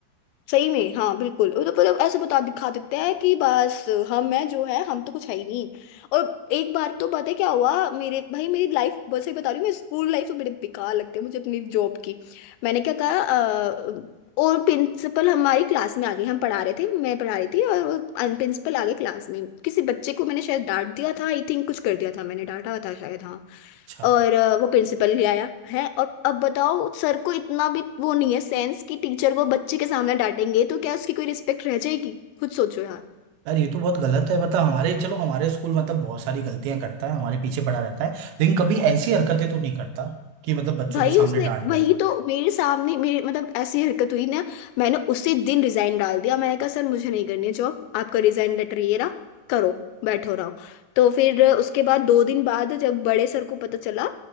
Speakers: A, on the left; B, on the right.
A: सही में हाँ बिल्कुल वो तो मतलब ऐसे बता दिखा देते हैं कि बस हम हैं जो है हम तो कुछ है ही नहीं और एक बार तो पता है क्या हुआ मेरे भाई मेरी लाइफ बस सही बता रही हूँ मैं स्कूल लाइफ तो बड़े बेकार लगती है मुझे अपनी जॉब की मैंने क्या कहा अ, और प्रिंसिपल हमारी क्लास में आ गई हम पढ़ा रहे थे मैं पढ़ा रही थी और वो प्रिंसिपल आ गए क्लास में किसी बच्चे को मैंने शायद डांट दिया था आई थिंक कुछ कर दिया था मैंने डांटा था शायद हाँ
B: अच्छा
A: और अ, वो प्रिंसिपल भी आया है और अब बताओ सर को इतना भी वो नहीं है सेंस कि टीचर को बच्चे के सामने डांटेंगे तो क्या उसकी कोई रिस्पेक्ट रह जाएगी खुद सोचो यार
B: यार ये तो बहुत गलत है मतलब हमारे चलो हमारे स्कूल मतलब बहुत सारी गलतियां करता है हमारे पीछे पड़ा रहता है लेकिन कभी ऐसी हरकतें तो नहीं करता कि मतलब बच्चों
A: भाई
B: के सामने
A: उसने
B: डांट दे
A: वही तो मेरे सामने मेरे मतलब ऐसी हरकत हुई ना मैंने उसी दिन रिजाइन डाल दिया मैंने कहा सर मुझे नहीं करनी है जॉब आपका रिजाइन लेटर ये रहा करो बैठो रहो तो फिर उसके बाद दो दिन बाद जब बड़े सर को पता चला